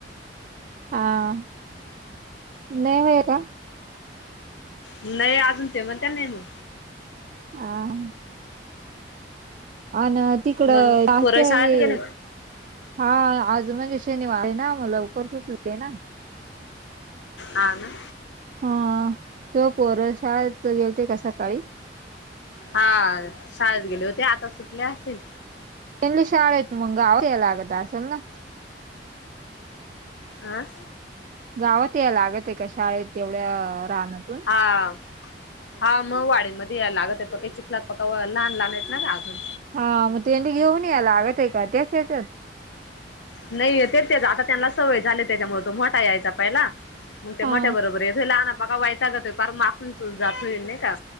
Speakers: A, on the right (about 45°); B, on the left (about 80°).
A: हा नाही होय का?
B: नाही अजून ते म्हण त्या नाही म
A: ह. अ तिकडं
B: मग
A: जास्त
B: पोरं शाळेत
A: ये
B: गेले
A: हा आज म्हणजे शनिवार आहे ना मग लवकर सुचले ना.
B: ह ना.
A: हा तो पोरशाळ येवते का सकाळी.
B: हा शाळेत गेले होते आता सुटले असतील.
A: इनल शाळ येत मुंगलगत असल ना.
B: हम्. हं
A: गावात यायला लागत आहे का शाळेत तेवढ्या रानातून
B: हा. हा मग वाडीमध्ये यायला लागत आहे प चिखलात पक्का लहान लहान येत ना अजून.
A: हा मग तेनी घेऊन याला लागत आहे का त्या याचत.
B: नाही ते तेच आता त्यांना सवय झाली त्याच्यामु तो मोठा यायचा पहिला. मग ते
A: हा
B: मोठ्या बरोबर आहेथनापाका वयचा ग तोय पार माफून जात होईल नाही का.